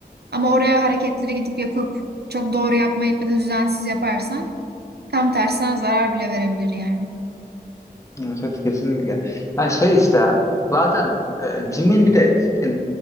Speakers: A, on the right; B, on the left.
A: Ama oraya hareketleri gidip yapıp çok doğru yapmayıp ya da düzensiz yaparsan tam tersi sana zarar bile verebilir yani.
B: Evet, evet, kesinlikle. Yani şey işte zaten e, gym'in bir de yani